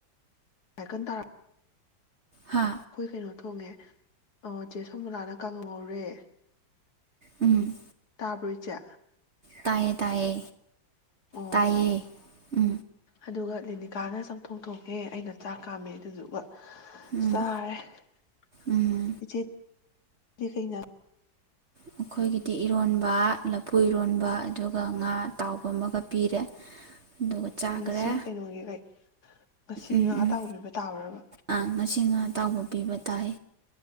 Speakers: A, on the left; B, on the right.
A: ꯍꯥꯏꯀꯟ ꯇꯔ
B: ꯍꯥ
A: ꯑꯩꯈꯣꯏ ꯀꯩꯅꯣ ꯊꯣꯡꯉꯦ ꯑ ꯆꯦ ꯁꯣꯃꯂꯥꯅ ꯀꯥꯉꯧꯍꯧꯔꯦ
B: ꯎꯝ
A: ꯇꯥꯕ꯭ꯣꯏ ꯆ
B: ꯇꯌꯦꯦ ꯇꯌꯦ
A: ꯑꯣ
B: ꯇꯥꯏꯌꯦ ꯎ
A: ꯑꯗꯨꯒ ꯂꯦꯅꯤꯀꯥꯅ ꯆꯝꯊꯣꯡ ꯊꯣꯛꯣꯡꯑꯦ ꯑꯩꯅ ꯆꯥꯛ ꯀꯥꯝꯃꯦ ꯑꯗꯨꯗꯨꯒ
B: ꯎꯝ
A: ꯁꯥꯔꯦꯆ
B: ꯎꯝ
A: ꯗꯩꯅ
B: ꯑꯩꯈꯣꯏꯒꯤꯗꯤ ꯏꯔꯣꯟꯕ ꯂꯐꯨ ꯏꯔꯣꯟꯕ ꯑꯗꯨꯒ ꯉꯥ ꯑꯇꯥꯎꯕ ꯑꯃꯒ ꯄꯤꯔꯦ ꯑꯗꯨꯒ ꯆꯥꯈ꯭ꯔꯦ
A: ꯉꯁꯤ ꯀꯩꯅꯣꯒꯤ ꯀꯩ ꯉꯁꯤ
B: ꯎꯝ
A: ꯉꯥ
B: ꯎꯝ
A: ꯑꯇꯥꯎꯕꯤꯕ ꯇꯥꯕ꯭ꯔꯕ
B: ꯑꯥ ꯉꯁꯤ ꯉꯥ ꯑꯇꯥꯎꯕ ꯄꯤꯕ ꯇꯥꯏ